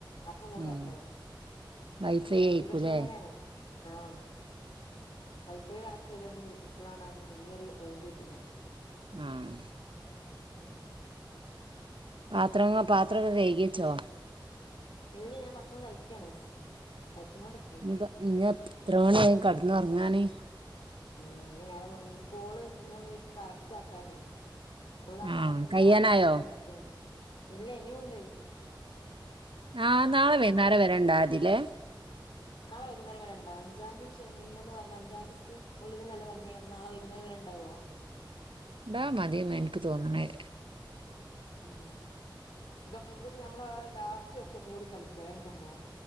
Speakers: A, on the left; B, on the right.
A: അപ്പൊ കോള്
B: ഉം
A: കട്ടാവും.
B: വൈഫൈ
A: റെയ്ഞ്ച്
B: ആയിക്കൂലേ
A: പ്രശ്നം തന്നെയാണ് ആഹ് വൈഫ ഒരു കണക്കേതാലും വുൾ ക്ണ കണ്ടാൽ പിന്ന്യാരു റേഞ്ച് കിട്ടണെ.
B: ആഹ്.
A: ഉം.
B: ആത്രങ്ങ പാത്രൊക്കെ കഴ്കി ച്ചോ?
A: ഇല്ല ഞാ ഭക്ഷണം കഴിക്ക്യാണ് കഴിച്ചു കൊണ്ട്-
B: ഞ്പ്പ ഇനി ഞ്ഞെത്ര മണിയായി കട്ന്നൊർങ്ങാന്.
A: ഞാ ഞ് നേരം വെഗ്ഗു ൻ കോള് ഞാ വിചാച്ച് കറക്റ്റ് ആക്കാന്നേ. ഫുള്ളാക്കാൻ
B: ആഹ്
A: പറ്റുമെങ്കിൽ
B: കയ്യാനായോ
A: ആക്കാന്ന് വെച്ചിട്ട് നിക്കാണ് ഇല്ല ഇനിം ഉണ്ട്
B: ആഹ് നാളെ വൈന്നാരം വരെ ണ്ടായതി ലെ.
A: നാളെ വൈകുന്നേരം വരണ്ടോ അഞ്ചാം തീയതി മുന്നേ പറഞ്ഞ് അഞ്ചാം തീയതിക്ക് ഉള്ളില് എന്നല്ലേ പറഞ്ഞേ അപ്പൊ നാളെ വൈകേന്നേരം വരെ ഉണ്ടാകുവോ
B: ടാ മതിന്നാ ഇൻക്ക് തോന്ന്ണേ.
A: ഉം തൊക്കെ കൂടി നമ്മൾ ആ ലാസ്റ്റ് വെച്ചൊക്കെ കൂടി കൾച്ചു അതാണ് സംഭവം.